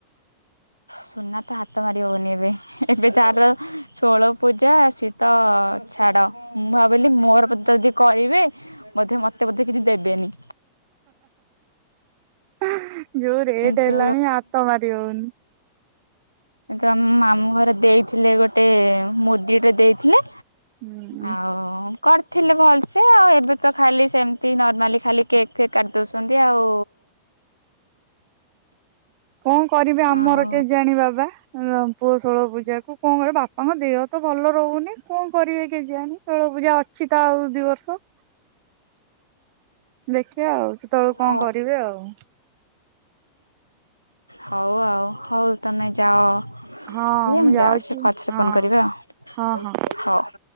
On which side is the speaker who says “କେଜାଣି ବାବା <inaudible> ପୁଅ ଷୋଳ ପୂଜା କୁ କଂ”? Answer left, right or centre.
Right